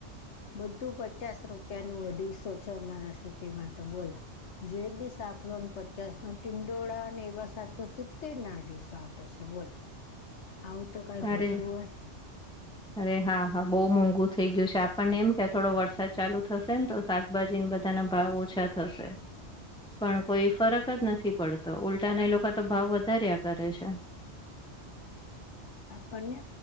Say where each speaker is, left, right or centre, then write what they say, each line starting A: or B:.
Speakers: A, on the left; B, in the centre.
A: બધું પચાસ રૂપિયા નું અઢીસો છે અમારા સિટીમાં તો બોલો જે બી શાક લોને પચાસ તો ટિંડોળા અને એવા શાક તો સીધે નાડીીશ આપશે બોલ આવું તો કઈ હોતું
B: અરે અરે હા હા બહુ મોંઘુ થઇ ગયું છે આપણને એમ કે થોડો વરસાદ ચાલુ થશે ને તો શાકભાજી બધાના ભાવ ઓછા થશે પણ કોઈ ફરક જ નથી પડતો ઉલ્ટાના એ લોકો તો ભાવ વધાર્યા કરે છે
A: આપણને